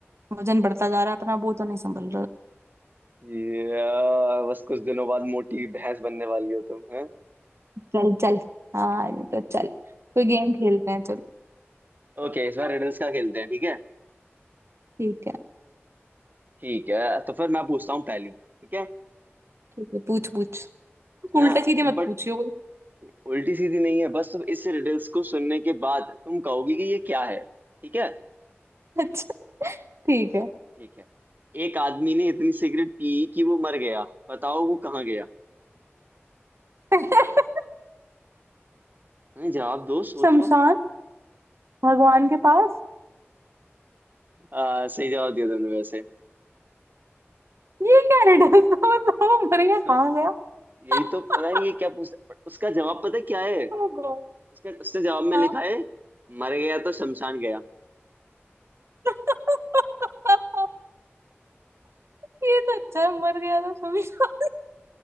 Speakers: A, on the right; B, on the right.
A: वजन बढ़ता जा रहा है अपना बोझा नहीं संभल रहा
B: ये, आ, बस कुछ दिनों बाद मोटी भैंस बनने वाली हो तुम है
A: चल चल हाँ नहीं तो चल कोई गेम खेलते हैं चल
B: ओके इस बार रिडल्स का खेलते हैं ठीक है
A: ठीक है
B: ठीक है तो फिर मैं पूछता हूँ पहली ठीक है
A: ठीक है पूछ पूछ
B: है
A: उल्टा
B: ना
A: सीधे
B: तुम
A: मत
B: बट
A: पूछियो कोई
B: उल्टी सीधी नहीं है बस तुम इस रिडल्स को सुनने के बाद तुम कहोगी कि ये क्या है ठीक है
A: <laughs> अच्छा ठीक है
B: ठीक है एक आदमी ने इतनी सिगरेट पी कि वो मर गया बताओ वो कहाँ गया
A: <laughs>
B: हैं, जवाब दो सोचो
A: शमशान भगवान के पास
B: आ, सही जवाब दिया दोनों वैसे
A: ये क्या रिडल था बताओ वो मर गया
B: तो
A: कहाँ गया
B: यही
A: <laughs>
B: तो पता नहीं ये क्या पूछता उसका जवाब पता है क्या है
A: ओ गॉड
B: उसका उसने जवाब में
A: हाँ
B: लिखा है मर गया तो शमशान गया
A: <laughs> ये तो अच्छा है, मर गया था शमशान